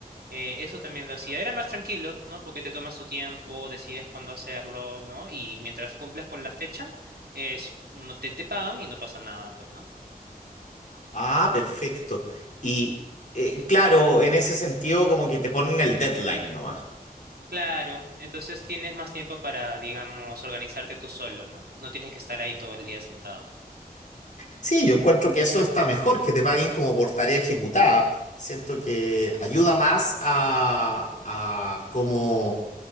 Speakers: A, on the right; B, on the left.
A: Eh, eso también lo hacía. Era más tranquilo, ¿no? Porque te tomas tu tiempo, decides cuándo hacerlo, ¿no? Y mientras cumplas con la fecha, es, no te, te pagan y no pasa nada, pues, ¿no?
B: Ah, perfecto. Y eh, claro, en ese sentido como que te ponen el deadline nomás.
A: Claro, entonces tienes más tiempo para, digamos, organizarte tú solo, ¿no? No tienes que estar ahí todo el día sentado.
B: Sí, yo encuentro que eso está mejor, que te paguen como por tarea ejecutada. Siento que ayuda más a, a como